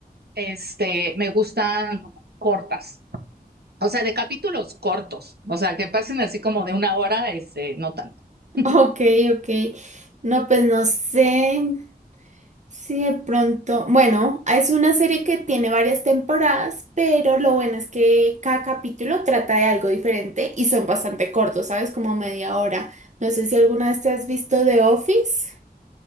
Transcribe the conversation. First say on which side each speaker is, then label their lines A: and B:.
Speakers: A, on the right; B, on the right.
A: Este, me gustan cortas, o sea, de capítulos cortos, o sea, que pasen así como de una hora, este, no tanto. <laughs>
B: Ok, ok. No, pues no sé. Sí, de pronto, bueno, es una serie que tiene varias temporadas, pero lo bueno es que cada capítulo trata de algo diferente y son bastante cortos, ¿sabes? Como media hora. No sé si alguna vez te has visto The Office,